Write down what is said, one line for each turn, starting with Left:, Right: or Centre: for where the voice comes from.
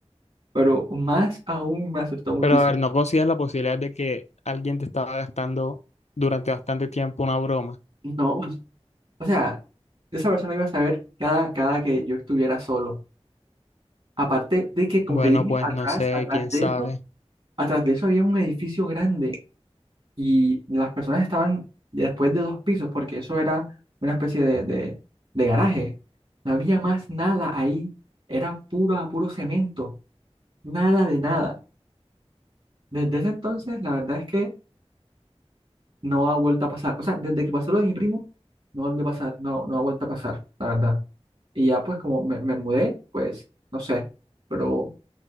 Right: pero más aún me asustó muchísimo.
Left: Pero a ver, ¿no consideras la posibilidad de que alguien te estaba gastando durante bastante tiempo una broma?
Right: No, o sea, esa persona iba a saber cada, cada que yo estuviera solo. Aparte de que, como
Left: Bueno,
Right: te dije,
Left: pues
Right: atrás,
Left: no sé,
Right: atrás
Left: quién
Right: de
Left: sabe.
Right: eso, atrás de eso había un edificio grande y las personas estaban después de dos pisos, porque eso era una especie de, de, de garaje. No había más nada ahí, era puro, puro cemento, nada de nada. Desde ese entonces, la verdad es que no ha vuelto a pasar. O sea, desde que pasó lo de mi primo, no volvió a pasar, no, no ha vuelto a pasar, la verdad. Y ya pues como me, me mudé, pues no sé, pero